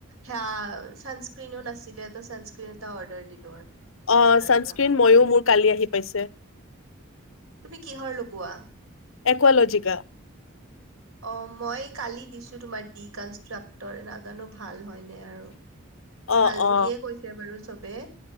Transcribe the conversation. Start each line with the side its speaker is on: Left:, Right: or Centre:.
Right: সেয়া চানস্ক্ৰীণ ও নাছিলে চানস্ক্ৰী- -ক্ৰীণ এটা অৰ্ডাৰ দিলো
Left: অ চানস্ক্ৰীণ
Right: পৰা
Left: ময়ো মোৰ কালি আহি পাইছে
Right: তুমি কিহৰ লগোৱা
Left: একোৱালজিকা
Right: অ মই কালি দিছো তোমাৰ ডি কনষ্ট্ৰাক্টৰ নাজানো ভাল হয়নে আৰু
Left: অ
Right: ভাল
Left: অ
Right: বুলিয়ে কৈছে বাৰু চব- -বে